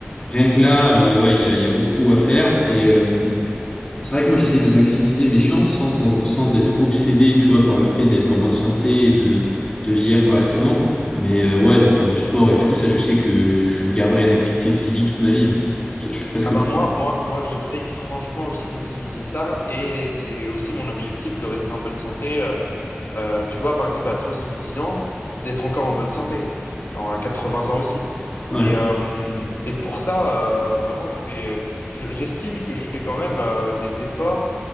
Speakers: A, on the left (about 25°); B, on the left (about 60°).
A: rien que là, euh, ouais, il y a, il y a beaucoup à faire. Et euh, c'est vrai que moi, j'essaie de maximiser mes chances sans, en- sans être obsédé, tu vois, par le fait d'être en bonne santé et de, de vieillir correctement. Mais euh, ouais, de faire du sport et tout, ça, je sais que je garderai une activité physique toute ma vie. hein. Ça, je suis presque...
B: Ah bah
A: sûr.
B: moi, moi, moi, j'essaye franchement aussi d'optimiser ça et c'est aussi mon objectif de rester en bonne santé euh, euh, tu vois, par exemple, à 70 ans, d'être encore en bonne santé, Alors, à 80 ans aussi.
A: Ouais,
B: Et, euh, et pour ça, euh, vraiment, je fais, je- j'estime que je fais quand même euh, des efforts